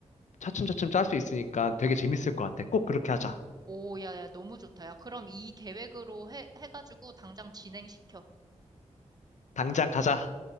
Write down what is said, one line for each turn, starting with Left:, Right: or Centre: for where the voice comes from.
Left: 차츰차츰 짤 수 있으니까 되게 재밌을 것 같아. 꼭 그렇게 하자.
Right: 오, 야, 야, 너무 좋다. 야, 그럼 이 계획으로 해, 해가지고 당장 진행시켜.
Left: 당장 가자.